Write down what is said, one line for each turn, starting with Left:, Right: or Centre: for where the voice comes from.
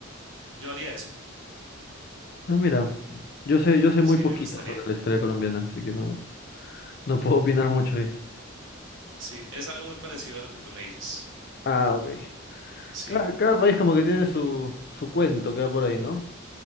Right: Yo haría eso.
Left: Ah, mira, yo sé, yo sé
Right: Sí,
Left: muy poquito
Right: me gustaría.
Left: sobre la historia colombiana, así que no, no puedo opinar mucho ahí.
Right: Sí, es algo muy parecido a lo que tú me dices.
Left: Ah, ok.
Right: Sí,
Left: Cada, cada país como que tiene su, su cuento que va por ahí, ¿no?